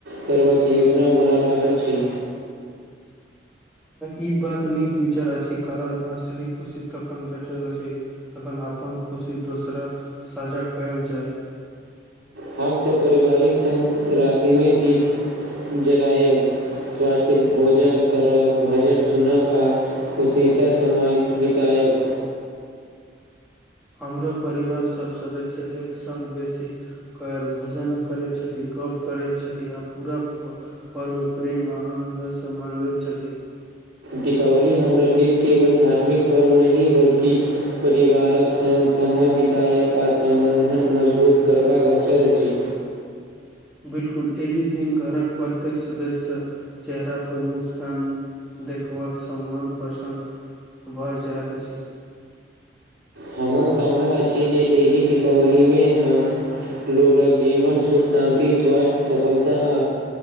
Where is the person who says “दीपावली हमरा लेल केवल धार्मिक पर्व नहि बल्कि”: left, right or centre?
Right